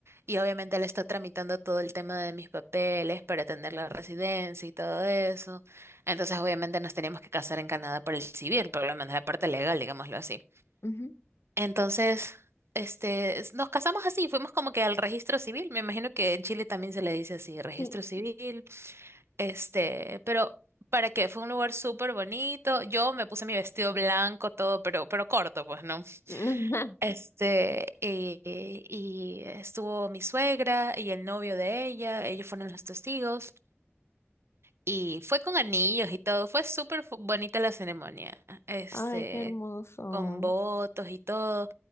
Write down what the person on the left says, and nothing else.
ujú,
sí.
<laughs>
Ay, qué hermoso.